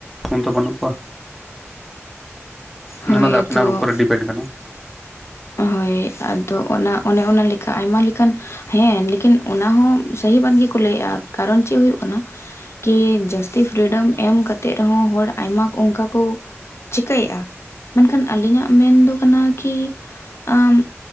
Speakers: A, in the centre; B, on the left (about 65°).
A: ᱠᱷᱚᱱ ᱛᱚ ᱵᱟᱹᱱᱩᱜ ᱠᱚᱣᱟ
B: ᱦᱳᱭ
A: ᱚᱱᱟ ᱢᱟᱨ ᱟᱯᱱᱟᱨ
B: ᱛᱚ
A: ᱩᱯᱚᱨᱮ ᱰᱤᱯᱮᱱᱰ ᱠᱟᱱᱟ᱾
B: ᱦᱳᱭ ᱟᱫᱚ ᱚᱱᱟ ᱚᱱᱮ ᱚᱱᱟ ᱞᱮᱠᱟ ᱟᱭᱢᱟ ᱞᱮᱠᱟᱱ᱾ ᱦᱮᱸ ᱞᱮᱠᱤᱱ ᱚᱱᱟᱦᱚᱸ ᱥᱟᱹᱦᱤ ᱵᱟᱫ ᱜᱮᱠᱚ ᱞᱟᱹᱭᱮᱜ-ᱟ ᱠᱟᱨᱚᱱ ᱪᱮᱜ ᱦᱳᱭᱳᱜ ᱠᱟᱱᱟ᱾ ᱠᱤ ᱡᱟᱹᱥᱛᱤ ᱯᱷᱨᱤᱰᱚᱢ ᱮᱢ ᱠᱟᱛᱮᱜ ᱨᱮᱦᱚᱸ ᱦᱚᱲ ᱟᱭᱢᱟ ᱚᱱᱠᱟ ᱠᱩ᱾ ᱪᱤᱠᱟᱹᱭᱮᱜ-ᱟ ᱢᱮᱱᱠᱷᱟᱱ ᱟᱹᱞᱤᱧᱟᱜ ᱢᱮᱱ ᱫᱚ ᱠᱟᱱᱟ ᱠᱤ᱾ ᱟᱢ